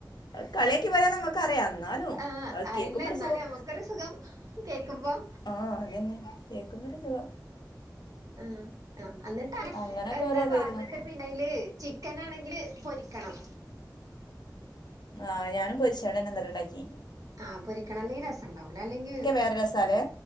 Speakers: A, on the left; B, on the right.
A: അഹ് കളിയാക്കി പറയാന്നമ്മക്കറിയാം ഇന്നാലും
B: ആഹ്
A: അഹ്
B: അല്ല
A: കേക്കുമ്പൊരു
B: എന്നാലും
A: സുഖം
B: നമ്മക്കൊരു സുഖം കേക്കുമ്പം
A: ആഹ് അഹന്നെ കേക്കുമ്പൊര് സുഖം
B: ആഹ് ആ
A: അങ്ങനൊക്കെ
B: എന്നട്ട്ത്
A: ഓരോ ഇതായിരുന്നു
B: പാർന്ന്ട്ട് പി എണ്ണയില് ചിക്കനാണെങ്കില് പൊരിക്കണം
A: ആഹ് ഞാനും പൊരിച്ചാണ്ടന്നെ ഇന്നലെണ്ടാക്കി
B: ആഹ് പൊരിക്കണം അല്ലെങ്കി രസംണ്ടാവൂലോ അല്ലെങ്കി
A: വേറെ രസാലേ